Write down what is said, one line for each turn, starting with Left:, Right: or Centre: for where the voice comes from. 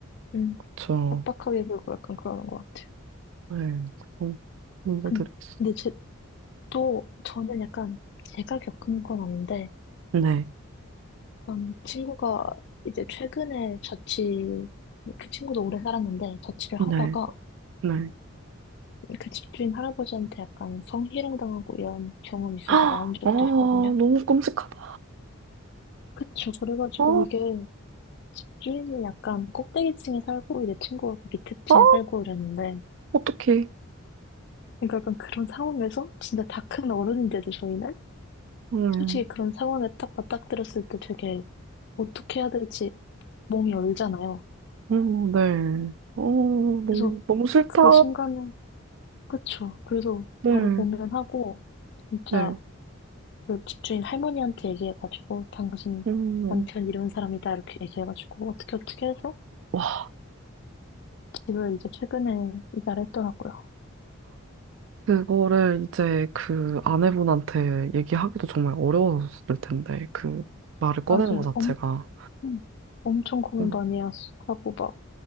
Left: 음,
Right: 그쵸.
Left: 빡빡하게 굴고 약간 그러는 것 같아요.
Right: 네, 그런 문제들이
Left: 근-
Right: 있어.
Left: 근데 제, 또, 저는 약간 제가 겪은 건 아닌데,
Right: 네,
Left: 음, 친구가 이제 최근에 자취, 그 친구도 오래 살았는데, 자취를
Right: 네,
Left: 하다가
Right: 네.
Left: 그 집주인 할아버지한테 약간 성희롱 당하고 이런 경험이 있어서
Right: <gasps> 아,
Left: 나온 적도
Right: 너무
Left: 있거든요.
Right: 끔찍하다.
Left: 그쵸. 그래가지고
Right: 아,
Left: 이게 집주인이 약간 꼭대기 층에 살고, 이제 친구가 그 밑에 층에
Right: 아.
Left: 살고 이랬는데,
Right: 어떡해.
Left: 그러니까 약간 그런 상황에서 진짜 다 큰 어른인데도 저희는
Right: 음,
Left: 솔직히 그런 상황에 딱 맞닥뜨렸을 때 되게 어떻게 해야 될지 몸이 얼잖아요.
Right: 음, 네. 어,
Left: 그래서
Right: 너무, 너무 싫다.
Left: 그 순간은, 그쵸. 그래서
Right: 네,
Left: 바로 보면하고 진짜
Right: 네.
Left: 그 집주인 할머니한테 얘기해가지고, 당신
Right: 음,
Left: 남편 이런 사람이다. 이렇게 얘기해가지고, 어떻게 어떻게 해서
Right: 와,
Left: 집을 이제 최근에 이사를 했더라고요.
Right: 그거를 이제 그 아내분한테 얘기하기도 정말 어려웠을 텐데, 그 말을 꺼내는
Left: 맞아요.
Right: 것 자체가.
Left: 엄, 음, 엄청 고민
Right: 음,
Left: 많이 하스- 하고, 막